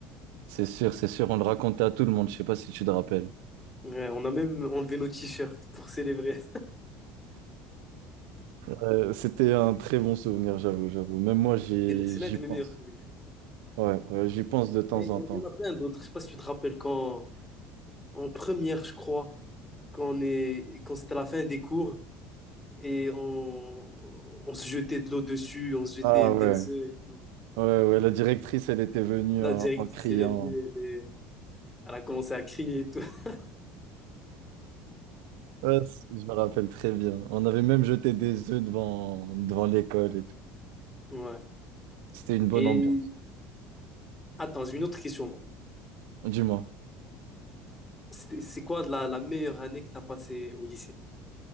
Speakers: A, on the right (about 70°); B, on the left (about 20°).
A: c'est sûr, c'est sûr. On le racontait à tout le monde, je sais pas si tu te rappelles.
B: Ouais, on a même enlevé nos t-shirts <laughs> pour célébrer.
A: Euh, c'était un très bon souvenir, j'avoue, j'avoue. Même moi, j'y,
B: C'est l- c'est
A: j'y
B: l'un de
A: pense.
B: mes meilleurs souvenirs.
A: Ouais, ouais, j'y pense de temps
B: Mais il
A: en
B: y, en
A: temps.
B: il y en a plein d'autres. Je sais pas si tu te rappelles quand, en première, je crois, qu'on est, quand c'était la fin des cours et on, on se jetait de l'eau dessus, on se jetait
A: Ah
B: des
A: ouais,
B: œufs et tout.
A: ouais, ouais. La directrice, elle était venue
B: La
A: en
B: directrice,
A: en criant.
B: elle est venue, elle, est- elle a commencé à crier et tout. <laughs>
A: Ouais, c- je me rappelle très bien. On avait même jeté des œufs devant, devant l'école et tout.
B: Ouais.
A: C'était une bonne
B: Et
A: ambiance.
B: attends, j'ai une autre question. moi.
A: Dis-moi.
B: C'était- C'est quoi la, la meilleure année que tu as passée au lycée?